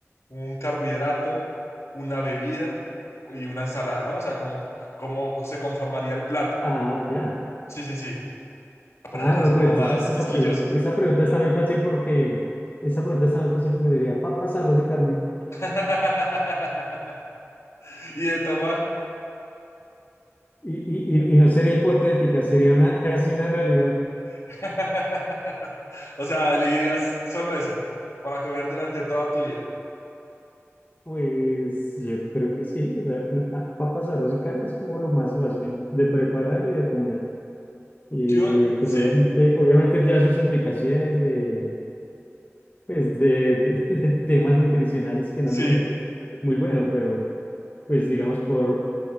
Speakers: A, on the left; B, on the left.
A: un carbohidrato, una bebida y una ensalada, ¿no? O sea, como cómo se conformaría el plato.
B: Ah, ya.
A: Sí, sí, sí. A ponernos
B: Ah,
A: así
B: no,
A: como
B: pero entonces
A: más
B: esa
A: quisquillosos.
B: pregunta, esa pregunta está muy fácil porque esa pregunta está muy fácil porque diría papas, arroz y carne.
A: <laughs> Y de tomar.
B: Y, y, y, y no sería hipotética, sería una casi una realidad.
A: <laughs> O sea, elegirías solo eso para comer durante toda tu vida.
B: Pues yo creo que sí, o sea, pa- papas, arroz y carne es como lo más fácil de preparar y de comer. Y
A: Yo,
B: pues
A: sí,
B: obviamente, obviamente ya sus implicaciones de pues de, de- <laughs> de de temas nutricionales que no,
A: sí.
B: no es muy bueno, pero pues digamos por,